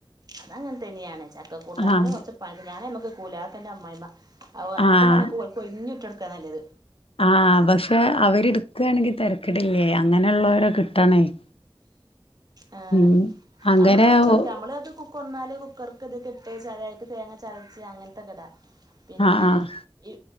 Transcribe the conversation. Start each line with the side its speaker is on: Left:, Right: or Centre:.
Right: അത് അങ്ങനെ തന്നെയാണ് ചക്ക കൂട്ടാന്നില്
Left: ആഹ്
Right: കുറച്ച് പങ്ക് ഞാനേമ്മക്ക് കൂലാത്തല്ലാ അമ്മായിമ്മ ഓ അങ്ങനത്തെ
Left: ആഹ്
Right: പണിയൊക്ക ഒൽ കുഞ്ഞുട്ടികൾക്ക് എതല്ലേത്
Left: ആഹ് പക്ഷെ അവര് എടുക്കയാണങ്കി തെരക്കിടില്ലേ അങ്ങനെ ഒള്ളോര കിട്ടണേ <inaudible>
Right: ഏ
Left: ഉം അങ്ങനെ
Right: നമ്മള് വെച്ചെടുക്ക
Left: ആഹ്
Right: നമ്മള് അത് കുക്ക് ഒന്നാല് കൊർക്ക ഇതേകെട്ടേച്ചാതായിട്ട് തേങ്ങ ചതച്ച് അങ്ങനത്തെക്കെടാ പിന്നെ
Left: ആഹ്
Right: ഈ